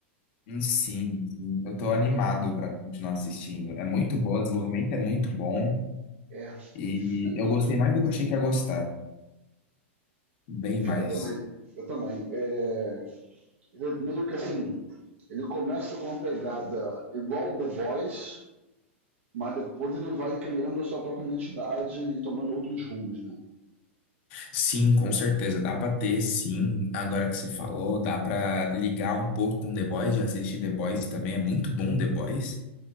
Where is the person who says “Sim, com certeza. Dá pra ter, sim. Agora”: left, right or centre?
Left